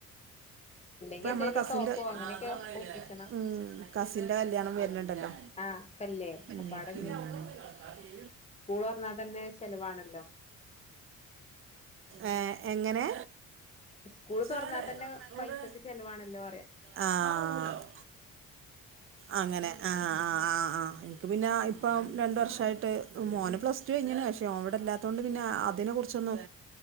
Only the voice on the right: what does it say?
അതാ
പറഞ്ഞില്ലേ
കസിന്റെ കല്യാണം വരുന്നുണ്ടല്ലോ
അല്ലെങ്കിൽ അവിടെ പോയി കിടക്കാം ടി
ഏ എങ്ങനെ
ചേരെ
എവിടെ
ആ ആഹ് റൂമിലോ അങ്ങനെ ആ ആ ആ ആ എനിക്ക് പിന്നെ ഇപ്പം രണ്ട വർഷായിട്ട് മോന പ്ലസ് ടു കഴഞ്ഞാണ് ഓവിടെ ഇല്ലാത്ത കൊണ്ട് പിന്നെ അതിനെ കുറിച്ചൊന്നും